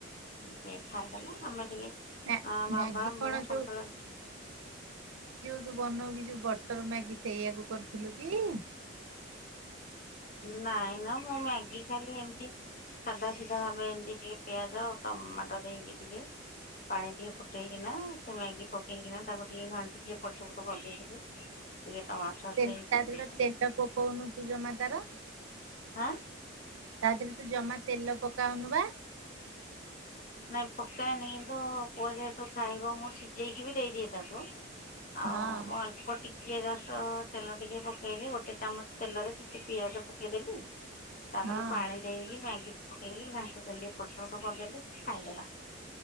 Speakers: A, on the left; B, on the right.
A: ଟିକେ ଖାଇଦେଲା ଆମେ ଟିକେ
B: ମ୍ୟା
A: ଆଁ ବାବା
B: ମ୍ୟାଗି
A: ମୁଁ
B: କଣ
A: ସନ୍ତୁଳା
B: ଯୋଉ
A: ରୁଟି।
B: ଯଉ ବନଉ କି ଯଉ ବଟର ମ୍ୟାଗି ସେଇଆକୁ କରିଥିଲୁ କି?
A: ନାଇଁ ନା ମୁଁ ମ୍ୟାଗି ଖାଲି ଏମିତି। ସାଧା ସିଧା ଭାବେ ଏମିତି ଟିକେ ପିଆଜ ଟମାଟୋ ଦେଇକି ଟିକେ। ପାଣି ଟିକେ ଫୁଟେଇକିନା ସେ ମ୍ୟାଗି ପକେଇକିନା ତାକୁ ଟିକେ ଘାଣ୍ଟିିକି ଏପଟସେପଟ କରିଦେଇଥିଲି ଟିକେ ଟମାଟୋ ସସ୍
B: ତେଲ
A: ଦେଇକି
B: ତା ଦେହରେ ପା ତେଲ ପକଉନୁ ତୁ ଜମା ତାର।
A: ଆଁ।
B: ତା ଦେହରେ ତୁ ଜମା ତେଲ ପକାଉନୁ ପା।
A: ନାଇଁ ପକ୍କା ହେନି କିନ୍ତୁ ପୁଅ ଯେହେତୁ ଖାଇବ ମୁଁ ସିଝେଇକି ବି ଦେଇଦିଏ ତାକୁ। ଆଉ
B: ହଁ
A: ମୁଁ ଅଳ୍ପ ଟି ଟିକେ ଜଷ୍ଟ୍ ତେଲ ଟିକେ ପକେଇଲି ଗୋଟେ ଚାମଚ ତେଲରେ ଟିକେ ପିଆଜ ପକେଇଦେଲି ତାପରେ
B: ହଁ
A: ପାଣି ଦେଇକି ମ୍ୟାଗି ପକେଇକି ଘାଣ୍ଟି ଦେଲି ଏପଟସେପଟ କରିଦେଲି। ଖାଇଦେଲା।